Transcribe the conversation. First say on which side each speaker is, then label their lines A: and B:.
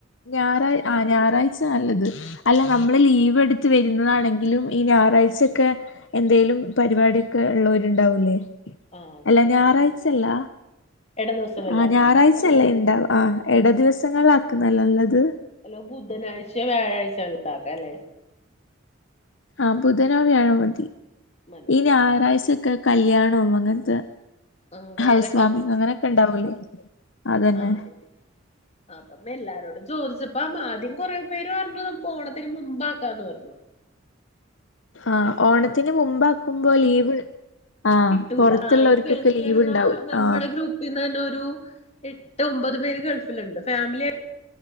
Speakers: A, on the left; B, on the left.
A: ഞാറായ് ആ ഞാറാഴ്ച നല്ലത് അല്ല നമ്മള്
B: ഉം
A: ലീവ് എടുത് വരുന്നതാണങ്കിലും ഈ ഞാറാഴ്ചൊക്കെ എന്തേലും പരിപാടിയ്ക്കെ ഇള്ളവരുണ്ടാവൂല്ലേ
B: ആ അത്
A: അല്ല
B: ശരിയാണ്
A: ഞാറായ്ചല്ല
B: ഇട ദിവസം വല്ല
A: ആ
B: ആക്കാനോ
A: ഞാറാഴ്ചല്ലേ ഇണ്ടവാ ആ ഇട ദിവസങ്ങള ആക്കുന്നതല്ല നല്ലത്
B: അല്ലോ ബുധനാഴ്ച വ്യാഴാഴ്ച ഉള്ളതാക്ക അല്ലേ
A: ആഹ ബുധനും വ്യാഴാ മതി
B: മതി മതി
A: ഈ ഞായറാഴ്ച
B: ഓക്കെ
A: കല്യാണവും അങ്ങനത്തെ
B: ആ വേറെ
A: ഹൗസ് വാമിങ് അങ്ങനെയൊക്കെ ഉണ്ടാവൂലേ അതന്നെ
B: ആഹ ശരി ആപ്പമ്മ എല്ലാരോടും ചോദിച്ചപ്പ ആ ആദ്യം കൊറെേ പേര് പറഞ്ഞു നമുക്ക് ഓണത്തിന് മുമ്പാക്കാം എന്ന് പറഞ്ഞു
A: ആഹ ഓണത്തിന് മുമ്പാക്കുമ്പോ ലീവ് ആഹ്
B: കിട്ടൂല
A: പുറത്തുള്ളവർക്കൊക്കെ
B: ഈ ഗൾഫിലുള്ള
A: ലീവ് ഉണ്ടാവൂലോ
B: നമ്മുടെ
A: ആഹ്
B: ഗ്രൂപ്പിൽന്ന് തന്നെ എട്ട് ഒമ്പത് പേര് ഗൾഫിൽ ഇണ്ട് ഫാമിലി